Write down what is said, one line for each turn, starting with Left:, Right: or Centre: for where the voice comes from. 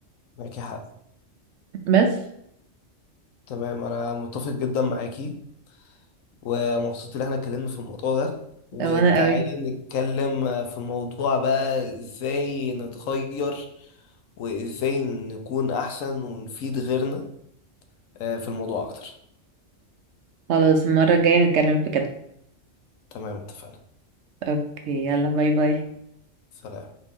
Left: معاكي حق
Right: بس
Left: تمام انا متفق جدا معاكي ومبسوط ان احنا اتكلمنا في الموضوع ده وتعالي
Right: وانا قوي
Left: نتكلم في موضوع بقى ازاي نتغير وازاي نكون احسن ونفيد غيرنا آه، في الموضوع اكتر
Right: خلاص المرة الجاية نتكلم في كده
Left: تمام اتفقنا
Right: اوكي يلا باي باي
Left: سلام